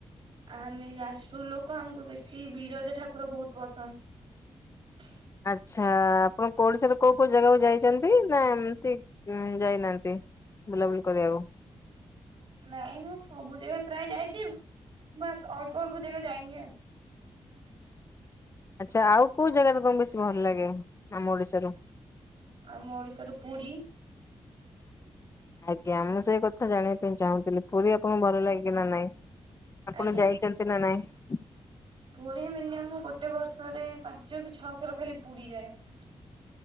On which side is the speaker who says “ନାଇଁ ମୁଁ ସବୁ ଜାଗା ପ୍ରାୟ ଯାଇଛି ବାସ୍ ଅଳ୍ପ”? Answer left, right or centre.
Right